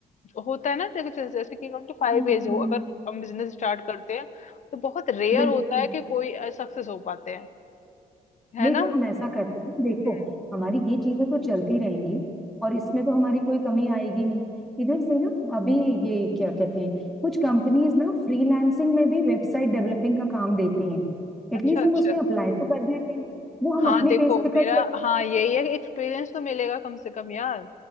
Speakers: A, on the left (about 50°); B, in the centre.
A: होता है ना जैसे जैसे कि हम फाइव
B: हाँ
A: एज
B: हम्म,
A: हो अगर हम बिजनेस स्टार्ट करते हैं तो बहुत रेयर
B: बिल्कुल
A: होता है कि कोई सक्सेस हो पाते हैं है
B: नहीं
A: ना
B: तो हम ऐसा करते हैं देखो
A: हम्म
B: हमारी ये चीजें तो चलती रहेंगी और इसमें तो हमारी कोई कमी आएगी नहीं इधर से ना अभी ये क्या कहते हैं कुछ कंपनीज ना फ्रीलांसिंग में भी वेबसाइट डेवलपिंग का काम देती हैं एटलीस्ट
A: अच्छा अच्छा
B: हम उसमें अप्लाई तो कर देते हैं वो हम
A: हाँ
B: अपने
A: देखो
B: पेज पे कर
A: मेरा
B: सकते
A: हाँ यही है एक्सपीरियंस तो मिलेगा कम से कम यार